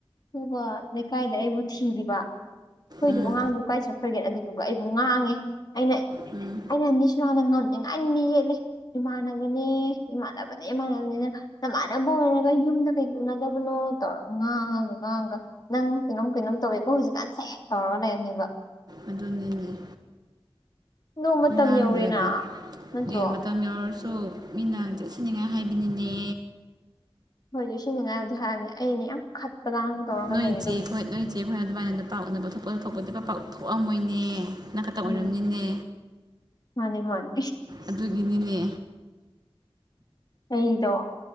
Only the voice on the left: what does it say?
ꯑꯗꯨꯒ ꯂꯩꯀꯥꯏꯗ ꯑꯩꯕꯨ ꯊꯤꯔꯤꯕ ꯑꯩꯈꯣꯏꯗꯨꯕꯨ
ꯑꯉꯥꯡꯗꯨ ꯎ ꯀꯥꯏ ꯆꯠꯈ꯭ꯔꯒꯦ ꯑꯗꯨꯗꯨꯒ ꯑꯩꯕꯨ ꯉꯥꯡꯉꯦ ꯑꯩꯅ
ꯑꯩꯅ ꯅꯤꯁꯔꯗ ꯉꯝꯅꯤꯡꯉꯥꯏ ꯌꯦꯠꯂ ꯏꯃꯥꯟꯅꯕꯅꯦ ꯏꯃꯥꯟꯅꯕꯅꯦ ꯏꯃꯥꯟꯅꯕꯅꯤꯅ ꯆꯃꯥꯟꯅꯕ ꯑꯣꯏꯔꯒ ꯌꯨꯝꯗ ꯀꯩ ꯎꯅꯗꯕꯅꯣ ꯇꯧꯔ ꯉꯥꯡꯕꯒꯥꯡꯒ ꯅꯪ ꯀꯩꯅꯣꯝ ꯀꯩꯅꯣꯝ ꯇꯧꯋꯦꯀꯣ ꯍꯧꯖꯤꯛꯀꯥꯟꯁꯦ ꯇꯧꯔꯒ ꯂꯩꯔꯅꯦꯕ
ꯅꯣꯡ ꯃꯇꯝ
ꯌꯧꯔꯦꯅ ꯅꯠꯇ꯭ꯔꯣ
ꯍꯣꯏꯗꯤ ꯁꯤꯅꯤꯉꯥꯏꯕꯗꯤ ꯍꯥꯏꯕꯅꯦ ꯑꯩꯅ ꯌꯥꯝ ꯈꯠꯄ ꯂꯥꯡꯕ ꯇꯧꯔꯒ
ꯂꯩꯌꯦ
ꯑꯗꯨꯕꯨꯗꯤ
ꯎꯝ ꯃꯥꯅꯤ ꯃꯥꯅꯤ
ꯑꯩꯗꯣ